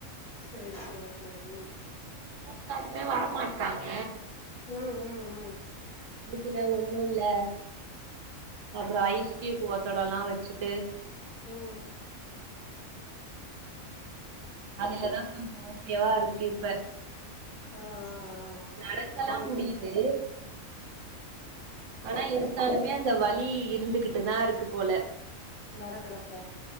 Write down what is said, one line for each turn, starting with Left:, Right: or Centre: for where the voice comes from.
Left: செரி சேரி செரி
Right: கூப்ட்டாலுமே வரமாட்றாங்க
Left: ம்ம்ம்
Right: வலிக்கில ஒண்ணு இல்ல அப்றோ
Left: ஆ
Right: ஐஸ்கியூப் ஒத்தொடல்லா வெச்சுட்டு
Left: ஹு
Right: அதுலதா கொஞ்சோ ஓக்கேவா இருக்கு இப்ப
Left: ஆ ஆ ஆ
Right: நடக்கலா
Left: ம்
Right: முடியிது ஆனா இருந்தாலுமே அந்த வலி இருந்துகிட்டு தா இருக்கு போல
Left: நடக்குறப்ப